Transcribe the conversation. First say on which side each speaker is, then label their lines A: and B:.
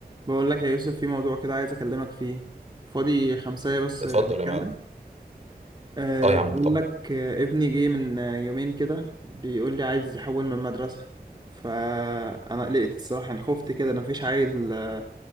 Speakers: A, on the right (about 25°); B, on the right (about 45°).
A: بقول لك يا يوسف في موضوع كده عايز اكلمك فيه فاضي خمسة بس
B: اتفضل
A: آه، نتكلم
B: يا معلم
A: أه
B: اه يا
A: بقول
B: عم طبعا
A: لك آه، ابني جه من آه، يومين كده بيقول لي عايز يحول من مدرسة فانا قلقت الصراحة يعني خفت كده انا مفيش عيل آه،